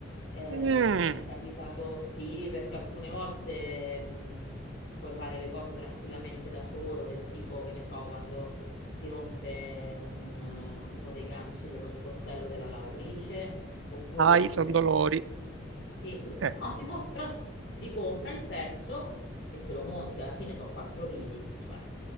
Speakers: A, on the left (about 60°); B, on the right (about 90°).
A: Eh,
B: Mm,
A: mi è capitato, sì, perché alcune volte mh, puoi fare le cose tranquillamente da solo, del tipo, che ne so, quando si rompe un, eh, uno dei ganci dello sportello della lavatrice, oppure
B: ai,
A: quando
B: sono
A: c'è...
B: dolori.
A: Sì,
B: Eh,
A: no, si può, però si ricompra il pezzo e te lo monti, alla fine sono quattro viti, cioè...